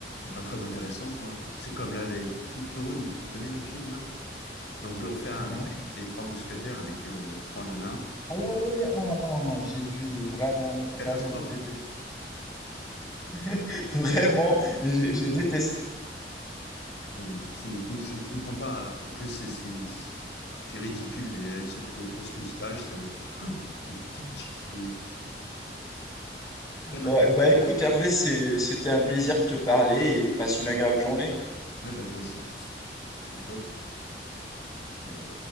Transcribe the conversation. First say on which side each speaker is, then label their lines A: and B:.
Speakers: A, on the left; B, on the left.
A: pas très intéressant, quoi. C'est comme là, les Toutes pour une. Tu connais le film, là? Ils ont voulu refaire un
B: non?
A: remake des Trois Mousquetaires avec euh, trois nanas.
B: Ah ouais, ouais, ouais. Oh non, j'ai vu, vraiment, vraiment,
A: Catastrophe.
B: j'ai détesté <laughs> Vraiment, j'ai j'ai détesté.
A: Euh, c'est- c'est- je ne comprends pas. En plus, c'est c'est- c'est ridicule. Et elles se mettent des fausses moustaches. ça- oh, c'est kitsch. C'est aucun
B: Ouais,
A: intérêt.
B: bah écoute Hervé, c'est- c'était un plaisir de te parler et passe une agréable journée.
A: Oui, bah toi aussi. À bientôt.
B: À bientôt.